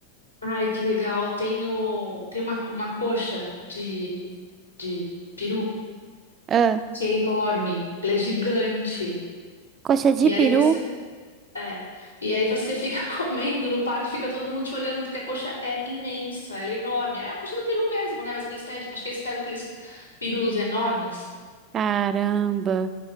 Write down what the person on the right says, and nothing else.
Ah,
coxa
de
peru?
Caramba.